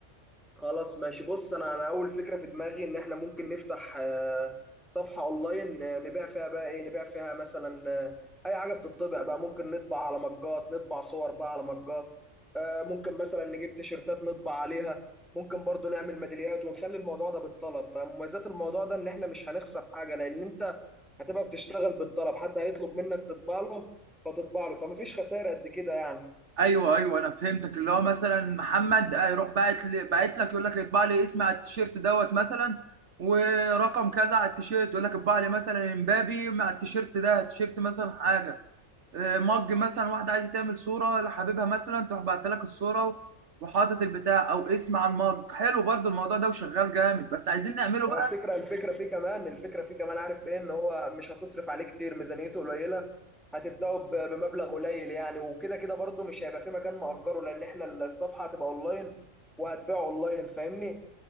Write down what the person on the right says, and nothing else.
ايوه ايوه انا فهمتك اللي هو مثلا محمد آه، يروح باعت لي باعت لك يقول لك اطبع لي اسمي على التيشيرت دوت مثلا ورقم كذا على التيشيرت يقول لك اطبع لي مثلا امبابي مع التيشيرت ده تيشيرت مثلا حاجه آه، مج مثلا واحده عايزه تعمل صوره لحبيبها مثلا تروح بعت لك الصوره وحاطط البتاع او اسم على المج حلو برضو الموضوع ده وشغال جامد بس عايزين نعمله بقى